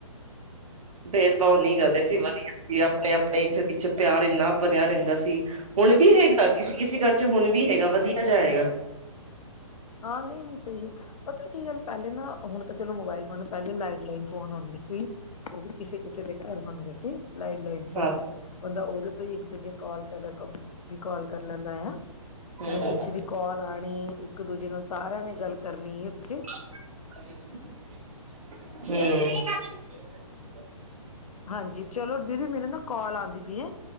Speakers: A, on the right; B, on the left.
A: ਭੇਦ ਭਾਓ ਨੀ ਕਰਦੇ
B: ਹਾਂਜੀ।
A: ਸੀ। ਵੀ ਆਪਣੇ-ਆਪਣੇ ਇਚ ਵਿੱਚ ਪਿਆਰ ਏਨਾ ਵਧੇਆ ਰੈਂਦਾ ਸੀ। ਹੁਣ ਵੀ ਹੈਗਾ ਕਿਸੀ-ਕਿਸੀ ਘਰ 'ਚ ਹੁਣ ਵੀ ਹੈਗਾ ਵਧੀਆ ਜਾਏਗਾ।
B: ਹਾਂ ਨਈ-ਨਈ ਸਈ ਏ ਪਤਾ ਕੀ ਗੱਲ ਪੈਲੇ ਨਾ ਹੁਣ ਤਾ ਚਲੋ ਮੋਬਾਇਲ ਫੋਨ ਪੈਲੇ ਲਾਈਡ ਲਈਨ ਫੋਨ ਹੁੰਦੇ ਸੀ ਓ ਵੀ ਕਿਸੇ-ਕਿਸੇ ਦੇ ਘਰ ਹੁੰਦੇ ਸੀ ਲਾਈਡ ਲਾਈਨ ਫੋਨ।
A: ਹਾਂ
B: ਬੰਦਾ ਉਦੇ ਤੋਂ ਈ ਇੱਕ-ਦੂਜੇ ਕਾਲ ਕਰ ਲੇ ਵੀ ਕਾਲ ਕਰ ਲੈਂਦਾ ਹਨਾ,
A: ਹੂੰ
B: ਜੇ
A: ਹੂੰ
B: ਕਿਸੀ ਦੀ ਕਾਲ ਆਣੀ ਇਕ-ਦੂਜੇ ਨਾਲ ਸਾਰੇ ਆ ਨੇ ਗੱਲ ਕਰਨੀ ਉਥੇ।
A: ਹੂੰ।
B: ਹਾਂਜੀ ਚਲੋ ਦੀਦੀ ਮੇਰੀ ਨਾ ਕਾਲ ਆਂਦੀ ਪਈ ਏ